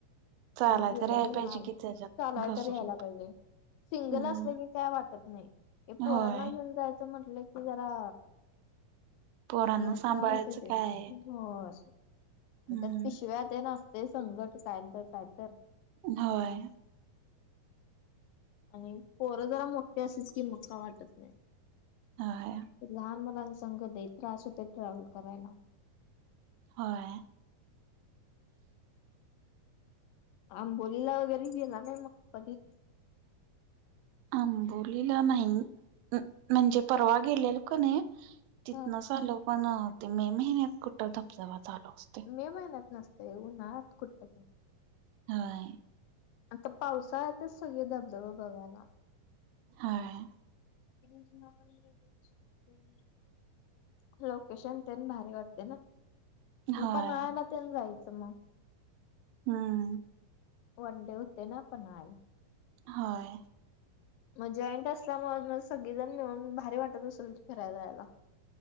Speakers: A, on the right (about 85°); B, on the left (about 80°).
A: चालाय
B: मग गेलंय
A: तर याय
B: मन
A: पाहिजे
B: आज
A: कि त्याच्यात
B: चालाय
A: घसरून
B: तर यायला पाहिजे. सिंगल
A: हम्म
B: आसलं की काय वाटत नाही, हे पोरांना
A: होय
B: घेऊन जायचं म्हटलं की जरा
A: पोरांना
B: हे
A: सांभाळायचं
B: त्रास होतोय की.
A: काय आहे.
B: होयं.
A: हम्म
B: त्यात पिशव्या तेन असतंय संगट, कायंत कायतर.
A: होय.
B: आणि पोरं जरा मोट्टी अशीच की मग काय वाटत नाय.
A: होय
B: लहान मुलांसंग लई त्रास होतो, ट्रॅव्हल करायला.
A: होय.
B: आंबोलीला वगैरे गेला का नाय मग कधी?
A: आंबोलीला नाही. उ म्हणजे परवा गेलेलो कनय तिथनंच
B: ह
A: आलो पण ते मे महिन्यात कुठं धबधबा चालू असतोय.
B: मे महिन्यात नसतंय. उन्हाळ्यात कुटं धबधबा.
A: हाय.
B: आता पावसाळ्यातच सगळे धबधबे बघणार.
A: हां.
B: <unintelligible> ह्यो शंकर महाराज वाटतो ना?
A: होय
B: पन्हाळ्याला पण जायचं मग.
A: हूं.
B: वन डे होतंय ना पन्हाळ.
A: होय.
B: मग जॉईंट असल्यामुळं म सगळीजण मिळून भारी वाटत असंल की फिरायला जायाला.